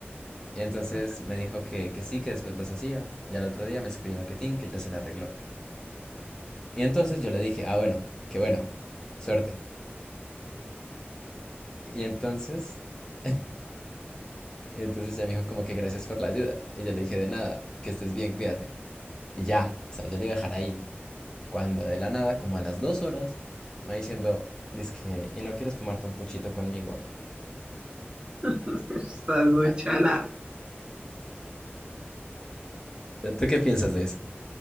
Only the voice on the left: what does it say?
Y entonces
me dijo que, que sí, que después los hacía. Y al otro día me escribió que Tin, que ya se le arregló. Y entonces yo le dije, ah, bueno, qué bueno, suerte. Y entonces, <laughs> entonces ya me dijo como que gracias por la ayuda. Y yo le dije, de nada, que estés bien, cuídate. Y ya, o sea, yo le iba a dejar ahí. Cuando de la nada, como a las dos horas, me va diciendo, dice que, ¿y no quieres fumarte un puchito conmigo?
Ah,
¿tú qué piensas de eso?